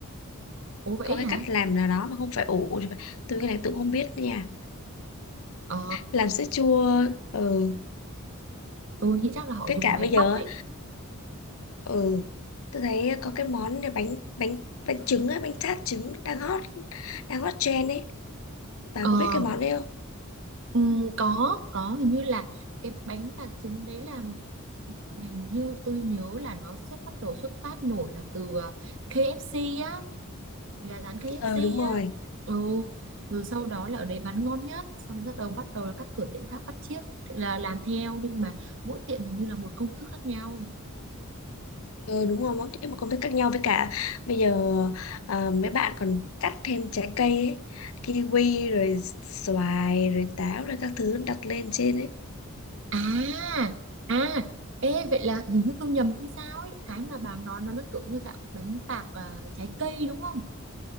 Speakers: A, on the right; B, on the left.
A: ố vậy
B: có cái
A: hả
B: cách làm nào đó mà không phải ủ thì phải- tôi cái này tôi không biết đó nha
A: ờ
B: làm sữa chua ừ
A: tôi nghĩ chắc là họ
B: với
A: dùng
B: cả
A: máy
B: bây giờ
A: bóc ấy
B: á, ừ tôi thấy có cái món này bánh bánh bánh trứng á bánh tart trứng đang hot đang hot trend ấy bà
A: ờ
B: có biết cái món đấy không
A: ừ, có có hình như là cái bánh tạc trứng đấy là hình như tôi nhớ là nó xuất bắt đầu xuất phát nổi là từ à, KFC á gà rán KFC
B: ờ đúng
A: á
B: rồi
A: ừ rồi sau đó là ở đấy bán ngon nhất xong bắt đầu bắt đầu là các cửa tiệm khác bắt chiếc thì là làm theo nhưng mà mỗi tiệm hình như là một công thức khác nhau
B: ờ đúng rồi mỗi cái một công thức khác nhau với cả bây giờ à, mấy bạn còn cắt thêm trái cây ấy kiwi rồi xoài rồi táo rồi các thứ đặt lên trên ấy
A: à à ê vậy là hình như tôi nhầm hay sao ấy cái mà bà nói nó nó kiểu như dạng bánh tạc à, trái cây đúng không